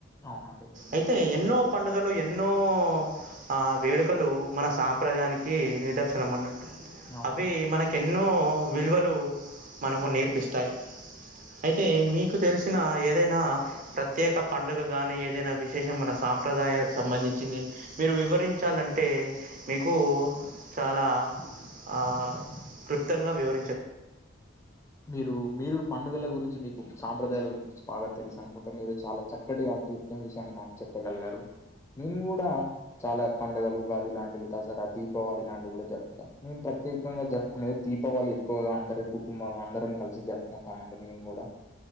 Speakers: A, on the left; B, on the right.
A: అవునండి
B: అయితే ఎన్నో పండుగలు ఎన్నో ఆ వేడుకలు మన సాంప్రదాయానికి నిదర్శనం అన్నట్టు
A: అవునండి
B: అవి మనకి ఎన్ ఎన్నో విలువలు మనకు నేర్పిస్తాయి అయితే మీ తెలిసిన ఏదైనా ప్రత్యేక పండుగ గాని ఏదైనా విశేషం మన సాంప్రదాయాలకు సంబంధించి చ్చింది మీరు వివరించాలంటే మీకు చాలా ఆ క్లుప్తంగా వివర
A: మీరు మీరు పండుగల గురించి మీ సాంప్రదాయాల గురించి బాగా తెలుసు అనుకుంటా మీరు చాలా చక్కటిగా అద్భుతం విషయాన్ని మాకు చెప్పగలిగారు. నేను కూడా చాలా పండుగలు ఉగాది లాంటివి దసరా దీపావళి లాంటివి కూడా జరుగుకుంటాం. నేను ప్ర ప్రత్యేకంగా జరుగుతున్నాయి దీపావళి ఎక్కువగా అందరి కుటుంబాలు అందరం కలిసి జరుపుకుంటామ అండి మేము కూడా